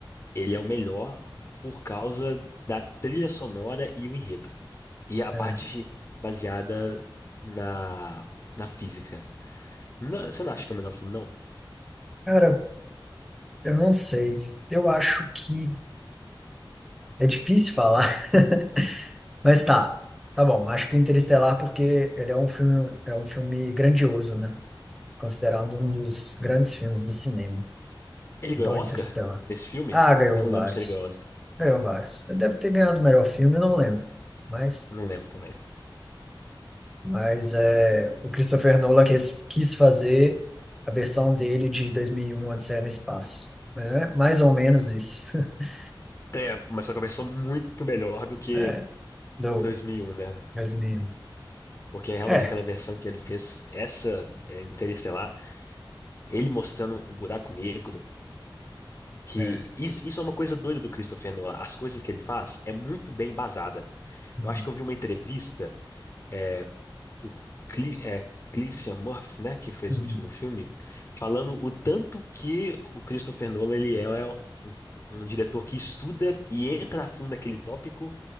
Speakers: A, on the left; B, in the centre.
A: ele é o melhor por causa da trilha sonora e o enredo. E a parte
B: É.
A: baseada na, na física. Não, você não acha que é o melhor filme, não?
B: Cara, eu não sei. Eu acho que é difícil falar, <laughs> mas tá. Tá bom. Acho que o Interestelar, porque ele é um filme, é um filme grandioso, né? Considerado um dos grandes filmes do cinema.
A: Ele ganhou
B: Então,
A: Oscar
B: Interestelar.
A: nesse filme?
B: Ah, ganhou
A: Eu não
B: vários.
A: lembro se ele ganhou Oscar.
B: Ganhou vários. Ele deve ter ganhado o melhor filme, eu não lembro. Mas,
A: Não lembro também.
B: mas é, o Christopher Nolan quis, quis fazer a versão dele de 2001, Odisseia no Espaço. Mas é mais ou menos isso. <laughs>
A: É, mas só que a versão muito melhor do que
B: É, do
A: 2001, né?
B: 2001.
A: Porque é realmente
B: É,
A: aquela versão que ele fez, essa é, Interestelar, ele mostrando o buraco negro, que
B: é.
A: isso, isso é uma coisa doida do Christopher Nolan. As coisas que ele faz é muito bem embasada.
B: Uhum,
A: Eu acho que eu vi uma entrevista é, do Cle, é, Cillian Murphy, né, que fez
B: uhum,
A: o último filme, falando o tanto que o Christopher Nolan ele é um, um diretor que estuda e entra a fundo naquele tópico